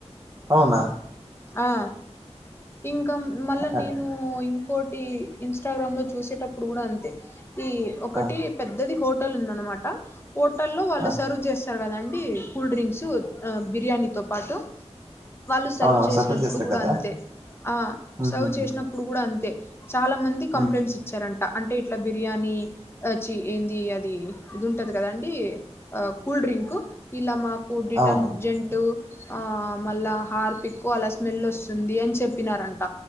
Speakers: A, on the right (about 25°); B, on the left (about 20°).
A: అవునా
B: ఆ ఇంకా మళ్ళా
A: ఆ
B: నేను ఇంకోటి ఇంస్టాగ్రామ్ లో చూసేటప్పుడు కూడా అంతే ఈ ఒకటి
A: ఆ
B: పెద్దది హోటల్ ఉందనమాట హోటల్ల్లో వాళ్ళు
A: ఆ
B: సర్వ్ చేస్ ఉంటారు కదండీ కూల్డ్రింక్ బిర్యానీ తో పాటు వాల్లు సర్వ్
A: అవునవును
B: చేసినప్పుడు
A: సప్లై చేస్తారు
B: కూడా
A: కదా
B: అంతే ఆ
A: హ్మ్
B: సర్వ్
A: హ్మ్
B: చేసినప్పుడు
A: హ్మ్
B: ఇప్పుడు కూడా అంతే చాలా మంది కంప్లైంట్స్
A: హ్మ్
B: ఇచ్చారంట అంటే ఇట్లా బిర్యానీ చి ఏంది అది ఇది ఉంటది కదండి ఆ కూల్ డ్రింక్ కు ఇలా మాకు డీటర్జెంట్
A: అవును
B: ఆ మళ హార్పి ఎక్కువ అలా స్మెల్ వస్తుంది. అని చెప్పినారంట